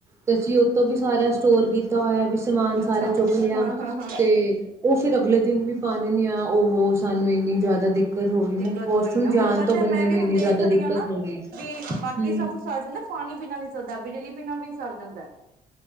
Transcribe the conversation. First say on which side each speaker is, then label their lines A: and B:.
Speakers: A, on the right; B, on the right.
A: ਤੇ ਅਸੀਂ ਉੱਤੋਂ ਵੀ ਸਾਰਾ। ਸਟੋਰ ਕੀਤਾ ਹੋਇਆ ਵੀ। ਸਮਾਨ
B: ਅੱਛਾ
A: ਸਾਰਾ ਚੁੱਕ ਲਿਆ
B: ਹਾਂ ਹਾਂ ਹਾਂ
A: ਤੇ ਉਹ ਫਿਰ ਅਗਲੇ ਦਿਨ ਵੀ ਪਾਣੀ ਨੇ ਆ ਉਹ ਸਾਨੂੰ ਇੰਨੀ ਜ਼ਿਆਦਾ ਦਿੱਕਤ ਹੋ ਗਈ ਮੈਨੂੰ
B: ਦਿੱਕਤ
A: ਵਾਸ਼ਰੂਮ
B: ਹੋਈ ਨਾ
A: ਜਾਣ
B: ਮੈਨੂੰ ਪਤਾ
A: ਤੋਂ ਬੰਦੇ
B: ਮੈਂ ਵੀ
A: ਨੂੰ
B: ਹੁਣ
A: ਇੰਨੀ
B: ਦੇਖ
A: ਜ਼ਿਆਦਾ
B: ਰਹੀ
A: ਦਿੱਕਤ
B: ਨਾ
A: ਹੋ ਗਈ
B: ਵੀ ਬਾਕੀ
A: ਹਮ
B: ਸਭ ਸਰ ਜਾਂਦਾ। ਪਾਣੀ ਬਿਨਾਂ ਨਹੀਂ ਸਰਦਾ, ਬਿਜਲੀ ਬਿਨਾਂ ਵੀ ਸਰ ਜਾਂਦਾ।